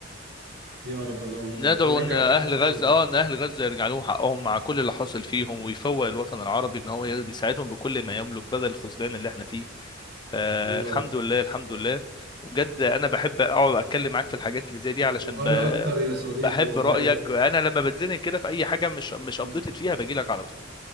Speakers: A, on the right; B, on the left.
A: يا رب اللهم امين
B: ندعو
A: ويرجع
B: ان اهل
A: الحق لاصحابه
B: غزه اه ان اهل غزه يرجع لهم حقهم مع كل اللي حاصل فيهم ويفوق الوطن العربي ان هو يساعدهم بكل ما يملك بدل الخذلان اللي احنا فيه فالحمد
A: يا رب
B: لله الحمد لله وبجد انا بحب اقعد اتكلم معاك في الحاجات اللي زي دي علشان
A: وانا
B: ب-
A: اكتر يا صديقي
B: بحب
A: والله
B: رايك
A: بس
B: انا لما بتزنق كده في اي حاجه مش مش
A: مم.
B: ابديتد فيها باجي لك على طول